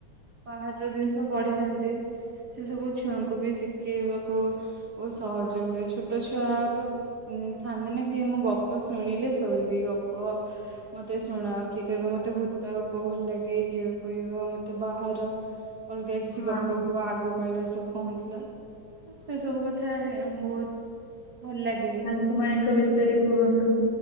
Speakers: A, on the right (about 40°); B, on the left (about 75°).
A: ବାହାରର ଜିନିଷ ପଢିଥାନ୍ତି ସେ ସବୁ ଛୁଆଙ୍କୁ ବି ଶିକେଇବାକୁ ବହୁ ସହଜ
B: ହଁ
A: ହୁଏ, ଛୋଟ ଛୁଆ ତ ଉ ଥାନ୍ତି ନା କିଏ ମୁଁ ଗ ଗପ ଶୁଣିଲେ ଶୋଇବି, ଗପ ମତେ ଶୁଣାଅ କିଏ କହିବ ମତେ ଭୂତ୍ ତ ଗପ ଭଲ ଲାଗେ, କିଏ କହିବ ମତେ ବାହାର ଅଲଗା କିଛି
B: ହଁ
A: ଗପ କୁହ ଆଗ କାଳରେ ସବୁ କଁ ହୋଇଥିଲା - ତ ସେ ସବୁ କଥା ବହୁତ ଭଲ ଲାଗେ
B: କମାରୀଙ୍କ ବିଷୟରେ କୁହନ୍ତୁ,